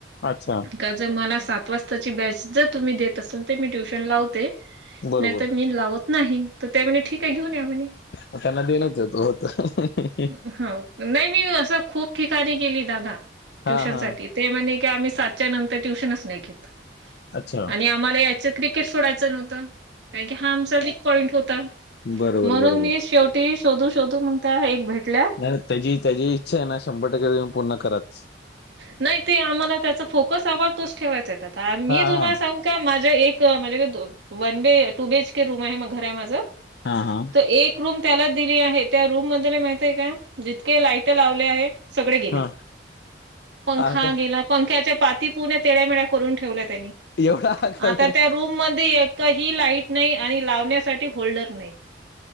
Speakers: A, on the left; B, on the right.
A: अच्छा.
B: का जर मला सात वाजताची बॅच जर तुम्ही देत असेल तर मी ट्युशन लावते
A: बरोबर
B: नाहीत मी लावत नाही,, तर ते म्हणे ठीक आहे घेऊन या म्हणे.
A: म त्यांना देनचं होतं
B: हो, नाही नाही असं खुप ठिकाणी गेली दादा, ट्युशन
A: हा हा
B: साठी. ते म्हणे की आम्ही सातच्या नंतर ट्युशनच नाही घेत,
A: अच्छा
B: आणि आम्हाला यायचं क्रिकेट सोडायचं नव्हतं,, कारण की हा आमचा विक पॉईंट होता,,
A: बरोबर
B: म्हणून
A: बरोबर
B: मी शेव टि शोधू शोधू मग त्या एक भेटल्या
A: नाय त्याची त्याची इच्छा आहे ना शंभर टक्के तुम्ही पूर्ण कराच.
B: नाही ते आम्हाला त्याचा फोकस हवा तोच ठेवायचा आहे, आता मी
A: हा हा
B: तुम्हाला सांगु का माझ्या एक म्हणजे वन बे टू बीएच केे रूम आहे घर आहे माझं.
A: हा हा
B: तर एक रूम त्याला दिली आहे, त्या रूम मधले माहिती आहे काय, जितके लाइटं लावले आहे, सगळे गेले.
A: हा
B: पंखा
A: आग
B: गेला पंख्याच्या पाती पुरन तेड्यामेळ्या करून ठेवल्या त्यांनी
A: एवढा आगाऊ
B: आता त्या रूम मध्ये एकही लाईट नाही, आणि लावण्यासाठी होल्डर नाही.